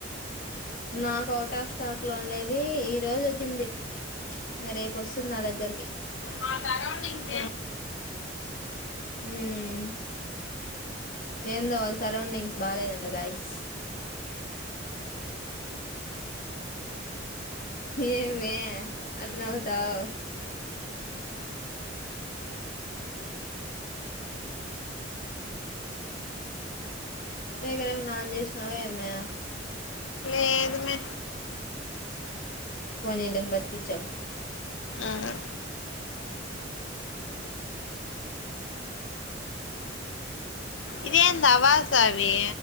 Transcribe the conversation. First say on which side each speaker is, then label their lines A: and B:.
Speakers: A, on the left; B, on the left.
A: నాకు అవుట్ ఆఫ్ స్టాక్ లో ఉండది ఈ రోజు వచ్చింది ఇంకా రేపు వస్తుంది నా దగ్గరకి
B: ఉమ్
A: ఉమ్ ఏందో వాళ్ళ సరౌండింగ్స్ బాగాలేదంట గైస్ ఏం మే ఆటా నవ్వుతావ్ స్పీకర్ ఏం అన ఆన్ చేసినావా ఏమే
B: లేదు మే
A: పోనీలే బతికిచావ్
B: ఉమ్ ఇదేంది ఆవసవే